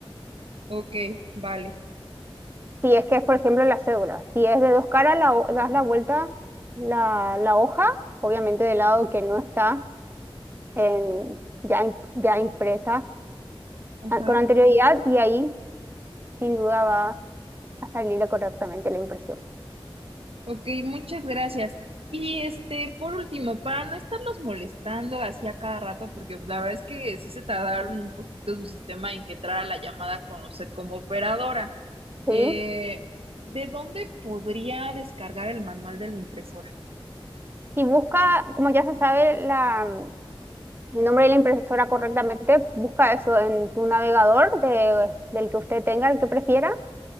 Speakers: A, on the right (about 75°); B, on the right (about 25°).
A: ok, vale.
B: Si es que es, por ejemplo, la cédula. Si es de dos caras, la ho- das la vuelta, la, la hoja, obviamente del lado que no está en- ya, im- ya impresa
A: Ajá.
B: a- con anterioridad y ahí sin duda va a salir correctamente la impresión.
A: Ok, muchas gracias. Y este, por último, para no estarlos molestando así a cada rato, porque pues, la verdad es que sí se tardaron un poquito su sistema en que entrara la llamada con usted como operadora.
B: ¿Sí?
A: Eh, ¿de dónde podría descargar el manual de la impresora?
B: Y busca, como ya se sabe la, el nombre de la impresora correctamente, busca eso en tu navegador de- del que usted tenga, el que prefiera